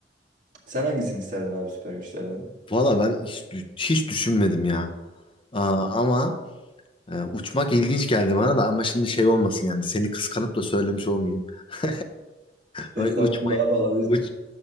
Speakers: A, on the right; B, on the left.
A: Sen hangisini isterdin abi süper güçlerden?
B: Valla ben hiç, dü- hiç düşünmedim ya. Aa, ama e, uçmak ilginç geldi bana da ama şimdi şey olmasın yani seni kıskanıp da söylemiş olmayayım. <laughs>
A: Estağfurullah
B: Ay, Uçmayı,
A: abi alabilirsin.
B: uç-